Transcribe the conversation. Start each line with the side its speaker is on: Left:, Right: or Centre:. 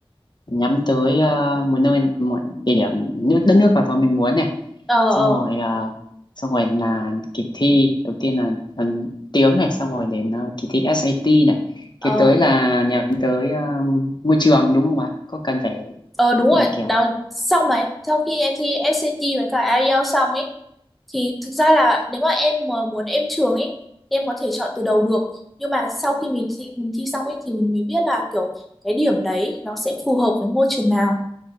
Left: nhắm tới ờ, một nơi một địa điểm nước đất nước nào đó mình muốn này
Centre: ờ ờ
Left: xong rồi ờ, xong rồi là kỳ thi đầu tiên là ừm, tiếng này xong rồi đến ờ, kỳ thi ét A SAT này
Centre: ờ
Left: kế tới là nhắm tới ờm, môi trường đúng không ạ có cần phải
Centre: Ờ, đúng rồi
Left: nhìn kiểu
Centre: đó sau mà sau khi em thi SAT với cả IELTS xong ấy thì thực ra là nếu mà em mà muốn em trường ấy em có thể chọn từ đầu được nhưng mà sau khi mình thi, mình thi xong ấy thì mình mới biết là kiểu cái điểm đấy nó sẽ phù hợp với ngôi trường nào